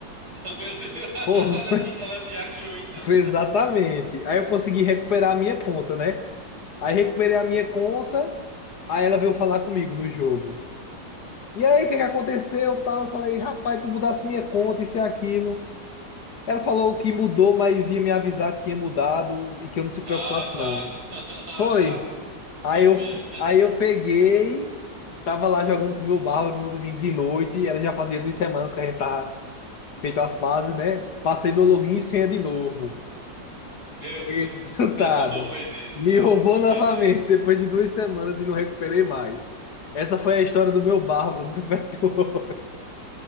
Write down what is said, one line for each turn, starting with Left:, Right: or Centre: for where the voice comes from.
Right: meu Deus, <laughs>
Left: Porra,
Right: ela
Left: <laughs>
Right: te, ela te hackeou então.
Left: foi exatamente. Aí eu consegui recuperar a minha conta, né? Aí recuperei a minha conta, aí ela veio falar comigo no jogo. E aí, o que que aconteceu? Tal, eu falei, rapaz, tu mudasse minha conta, isso e aquilo. Ela falou que mudou, mas ia me avisar que tinha mudado e que eu não se
Right: Ah,
Left: preocupasse,
Right: tá.
Left: não.
Right: <laughs> Ah,
Left: Foi.
Right: tá.
Left: Aí
Right: Confia.
Left: eu, aí eu peguei, tava lá jogando com o meu barro no domingo de noite, ela já fazia duas semanas que a gente tava feito as bases, né? Passei meu login e senha de novo.
Right: Meu
Left: <laughs>
Right: Deus,
Left: Resultado.
Right: <laughs> tu não fez isso,
Left: Me
Right: cara.
Left: roubou
Right: Tu não
Left: novamente
Right: fez isso.
Left: depois de duas semanas e não recuperei mais. Essa foi a história do meu bárbaro no Prefeitório.